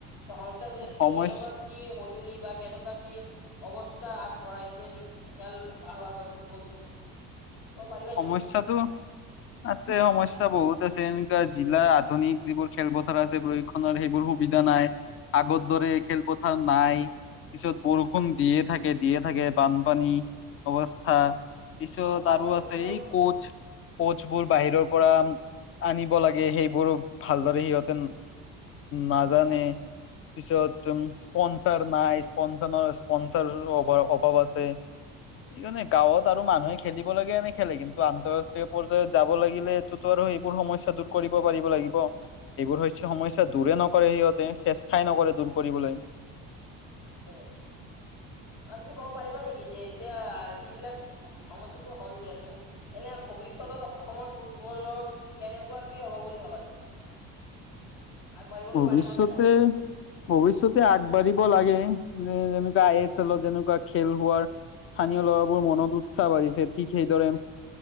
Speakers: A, on the left; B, on the left.
A: ত সংসাৰ বিলাকে
B: সমস্যা
A: কেনেকুৱা কি সজুলি বা কেনেকুৱা কি অৱ স্থা আগ বঢ়াইছে খেল ভাল বাবে ফুটবলটো ক'ব পাৰিবা
B: সমস্যাটো
A: নেকি? <inaudible>
B: আছে সমস্যা বহুত আছে এনেকুৱা জিলাৰ আধুনিক যিবোৰ খেলপথাৰ আছে সুবিধা নাই আগৰ দৰে খেলপথাৰ নাই। পিছত বৰষুণ দিয়ে থাকে দিয়ে থাকে বানপানী অৱস্থা। পিছত
A: অ বানপানী
B: আৰু আছে
A: দিলেতো
B: এই
A: ফুট
B: কোচ কোচ বোৰ বাহিৰৰ পৰা। আনিব লাগে সেইবোৰো ভালদৰে সিহঁতে নাজানে। পিছত তোম স্পনচাৰ নাই স্পনচাৰৰ স্পনচাৰ অভাৱ অভাৱ আছে। সেইকাৰণে গাঁৱত আৰু মানুহে খেলিব লাগে নেকি? খেলে কিন্তু আন্তৰাষ্ট্ৰীয় পৰ্যায়ত যাব লাগিলে এইটোতো আৰু এইবোৰ সমস্যা দূৰ কৰিব পাৰিব লাগিব। এইবোৰ হৈছে সমস্যা দূৰে নকৰে সিহঁতে চেষ্টাই নকৰে দূৰ কৰিবলৈ।
A: হ আৰু তুমি ক'ব পাৰিবা নেকি যে এতিয়া যিবিলাক সমস্যাটো হল দিয়াছোন। এনে ভৱিষ্যতত অসমত ফুটবলৰ কেনেকুৱা কি হব বুলি ভাবা তুমি? আগবাঢ়িবলৈ
B: ভৱিষ্যতে
A: পাৰিব নে নাই?
B: ভৱিষ্যতে আগবাঢ়িব লাগে যে যেনেকুৱা আই এছ হল যেনেকুৱা খেল হোৱাৰ স্থানীয় ল'ৰাবোৰৰ মনত উৎসাহ বাঢ়িছে ঠিক সেইদৰে